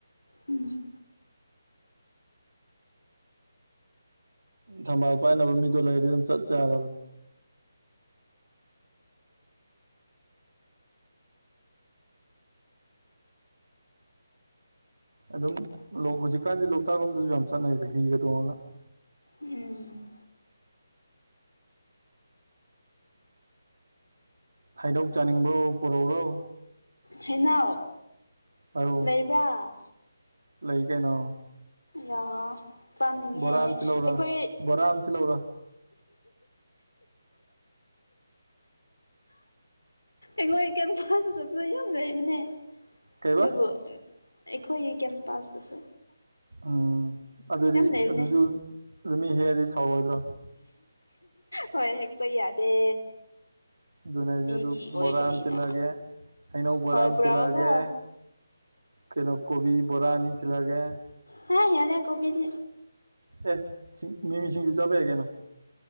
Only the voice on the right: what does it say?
ꯊꯝꯕꯥꯜ ꯄꯥꯏꯅꯕ ꯃꯤꯗꯣ ꯂꯩꯔꯗꯤ ꯑꯗꯨꯝ ꯆꯠ ꯌꯥꯔꯕꯅꯤ꯫ ꯑꯗꯨꯝ ꯂꫭꯛ ꯍꯧꯖꯤꯛꯀꯥꯟꯗꯤ ꯂꯣꯛꯇꯥꯛ ꯂꯣꯝꯗꯁꯨ ꯌꯥꯝ ꯆꯠꯅꯩꯗ ꯍꯤꯒ ꯇꯣꯡꯑꯒ꯫
ꯍꯥꯏꯅꯧ ꯆꯥꯅꯤꯡꯕ꯭ꯔꯣ ꯄꯨꯔꯧ꯭ꯔꯣ꯫
ꯑꯧ
ꯂꯩ ꯀꯩꯅꯣ꯫
ꯕꯣꯔꯥ ꯑꯃ ꯊꯤꯜꯂꯧꯔꯥ
ꯕꯣꯔꯥ ꯑꯃ ꯊꯤꯜꯂꯧꯔꯥ
ꯀꯩꯕ
ꯎꯝ ꯑꯗꯨꯗꯤ
ꯑꯗꯨꯁꯨ ꯑꯗꯨ ꯃꯤ ꯍꯦꯛꯑꯗꯤ ꯁꯥꯎꯔꯣꯏꯗ꯭ꯔꯣ꯫
ꯗꯨꯅꯦ ꯍꯥꯏꯁꯦ
ꯑꯗꯨ
ꯕꯣꯔꯥ ꯑꯝ ꯇꯤꯜꯂꯒꯦ꯫ ꯍꯩꯅꯧ ꯕꯣꯔꯥ
ꯑꯃ
ꯊꯤꯜꯂꯛꯑꯒꯦ ꯀꯩꯅꯣ ꯀꯣꯕꯤ ꯕꯣꯔꯥ ꯑꯅꯤ ꯊꯤꯜꯂꯛꯑꯒꯦ꯫
ꯑꯦ ꯃꯤꯃꯤꯁꯤꯡꯁꯨ ꯆꯥꯕꯌꯥꯏ ꯀꯩꯅꫭ꯫